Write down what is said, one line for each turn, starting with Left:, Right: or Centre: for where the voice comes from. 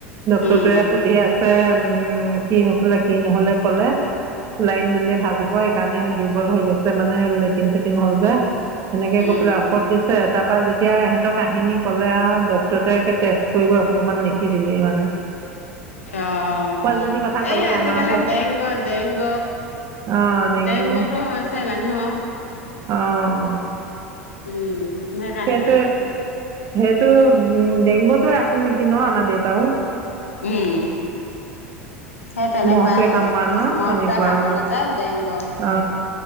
Left: উম,
Right: টে সুধি আছে উম কি হৈছিলে কি নহ'লে ক'লে। লাইন দিলে ভাল হ'ব সেই কাৰণে দুৰ্বল হৈ গৈছে মানে লেটিন চেটিন হ'ল যে। সেনেকে
Left: উম,
Right: গৈ পেলাই ঔষধ দিছে। তাৰ পৰা যেতিয়া ইহেঁতক কাহিনী ক'লে আৰু ডক্টৰটোৱে টেষ্ট কৰিব অকমান লিখি দিলেই মানে।
Left: অ',
Right: পোৱালীজনীৰ কথা ক'লে
Left: এই আজিকালি
Right: আমাৰ ওচৰত
Left: ডেংগ ডেংগ।
Right: অঁ ডেংগু
Left: ডেংগতো হৈছে মানুহৰ।
Right: অহ।
Left: উম, সেইকাৰণে
Right: সেইটোৱে সেইটো উম ডেংগুত আছিল নেকি ন আমাৰ দেউতাও।
Left: উম। সেই তেনেকুৱাই
Right: মহটোৱে
Left: হ'ল
Right: কামোৰা ন
Left: মহটোৱে
Right: তেনেকুৱা
Left: কামুৰিলে
Right: অ
Left: যে ডেংগ হ'ল।
Right: অ